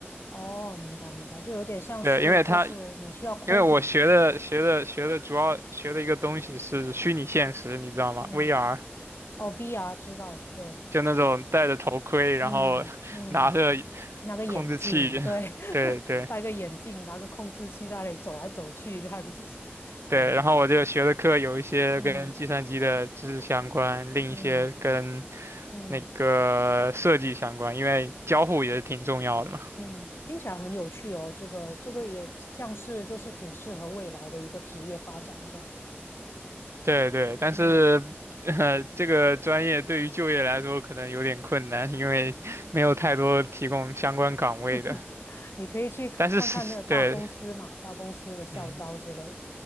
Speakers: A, on the left (about 65°); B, on the right (about 80°).
A: 哦，明白明白，就有点像是就是你需要
B: 对，因为它
A: coding
B: 因为我学的学的学的主要学的一个东西是虚拟现实，
A: 的是吧？
B: 你知道吗？VR，
A: 嗯，哦，VR 知道，对，
B: 就那种戴着头盔，然后
A: 嗯嗯，
B: <laughs> 拿着
A: 拿个眼镜，
B: 控制器，
A: 对，<laughs>
B: 对对。
A: 戴个眼镜，拿个控制器在那里走来走去这样子，
B: 对，
A: 我明白，
B: 然后我就学的课有一些跟计算机的知识相关，
A: 嗯
B: 另一些跟
A: 嗯嗯
B: 那个设计相关，因为交互也是挺重要的嘛。
A: 嗯，听起来很有趣哦，这个这个也像是就是挺适合未来的一个职业发展这样子，
B: 对对，但是呃，
A: 嗯，
B: 这个专业对于就业来说可能有点困难，因为 <laughs> 没有太多提供相关岗位的。
A: <laughs> 你可以去看看那个大公司嘛，
B: 但是是，对，
A: 大公司的校招之类的。
B: 嗯，